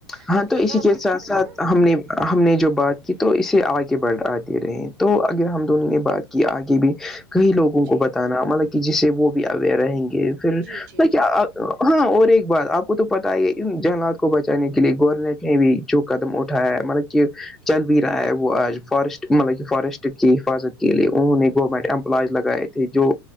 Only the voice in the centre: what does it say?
ہاں
تو
اسی
کے ساتھ
ساتھ ہم نے ہم نے جو بات کی تو اسے آگے بڑھاتے رہے تو اگر ہم دونوں نے بات کی آگے بھی کئی لوگوں کو
بتانا مطلب کہ جسے وہ بھی اوئر رہیں گے پھر
مط
کہ ہاں اور ایک بات آپ کو تو پتا ہے یہ ان جنلات کو بچانے کی کے لیے گورر نے کہیں بھی جو قدم اٹھایا ہے مطلب کہ چل بھی رہا ہے وہ آج فارسٹ مطلب کہ فارسٹ کی حفاظت کے لیے انہوں نے گورنمنٹ امپلائز لگائے تھے جو